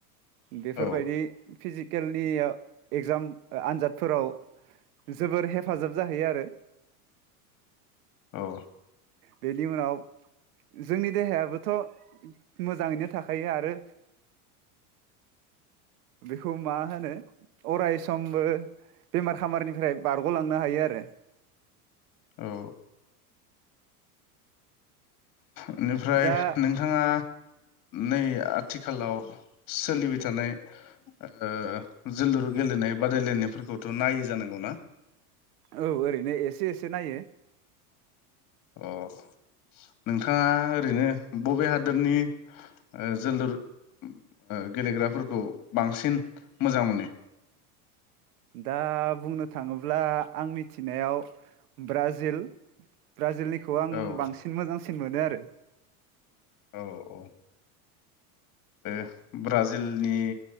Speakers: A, on the right (about 75°); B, on the left (about 45°).
A: बेफोरबायदि
B: औ
A: फिजिक केलनि ओ एगजाम ओ आनजादफोराव जोबोर हेफाजाब जाहैयो आरो।
B: औ
A: बेनि उनाव जोंनि देहायाबोथ' मोजाङैनो थाखायो आरो बेखौ मा होनो अराय सममबो बेमार खामारनिफ्राय बारग'लांनो हायो आरो।
B: औ बेनिफ्राय
A: दा
B: नोंथाङा नै आथिखालाव सोलिबाय थानाय ओ जोलुर गेलेनाय बादायलायनायफोरखौथ' नायो जानांगौना?
A: औ ओरैनो एसे एसे नायो।
B: अ' नोंथाङा ओरैनो बबे हादोरनि ओ जोलुर ओ गेलेग्राफोरखौ बांसिन मोजां मोनो?
A: दा बुंनो थाङोब्ला आं मिथिनायाव ब्राजिल। ब्राजिलनिखौ आं
B: औ
A: बांसिन मोजांसिन मोनो आरो। <inaudible>
B: औ औ ओ ब्राजिलनि